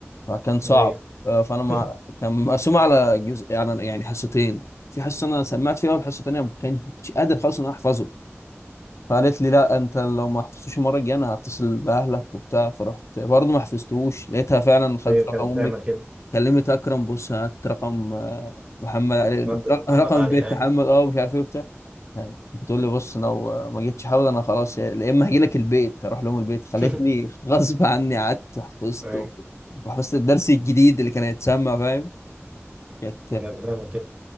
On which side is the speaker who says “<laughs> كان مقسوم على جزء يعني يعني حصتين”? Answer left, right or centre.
Left